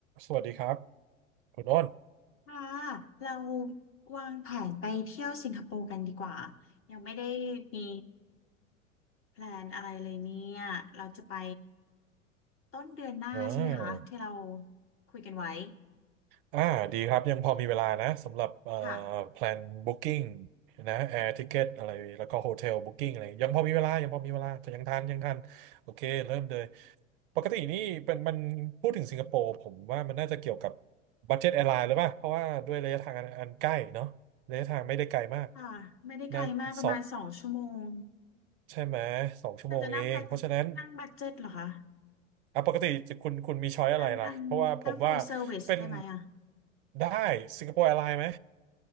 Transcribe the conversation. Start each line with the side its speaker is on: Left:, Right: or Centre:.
Right: สวัสดีครับคุณอ้น
Left: ค่ะเราวางแผนไปเที่ยวสิงคโปร์กันดีกว่ายังไม่ได้มีแพลนอะไรเลยเนี่ยเราจะไปต้นเดือนหน้าใช่ไหมคะที่เรา
Right: อ่า
Left: คุยกันไว้
Right: อ่าดีครับยังพอมีเวลานะสำหรับเอ่อ
Left: ค่ะ
Right: แพลนบุ๊คกิ้งนะแอร์ทิเกตอะไรแล้วก็โฮเทลบุ๊กิ้งอะไรยังพอมีเวลายังพอมีเวลาแต่ยังทันยังทันโอเคเริ่มเลยปกตินี่เป็นมันพูดถึงสิงคโปร์ผมว่ามันน่าจะเกี่ยวกับบั d เจ็ตแอร์ไลน์หรือเปล่าเพราะว่าด้วยระยะทางอันอันใกล้เนาะระยะทางไม่ได้ไกลมาก
Left: ค่ะไม่ได้ไกลมากประมาณสองชั่วโมง
Right: น่าสองใช่ไหมสองชั่วโมงเองเพราะฉะนั้น
Left: น่าจะนั่งบัดนั่งบัดเจ็ตเหรอคะ
Right: อ่ะปกติคุณคุณมีช้อยอะไรล่ะเพราะว่าผมว่า
Left: นั่งนั่งนั่ง full service
Right: เป็น
Left: ได้ไหมอ่ะ
Right: ได้สิงคโปร์แอร์ไลน์ไหม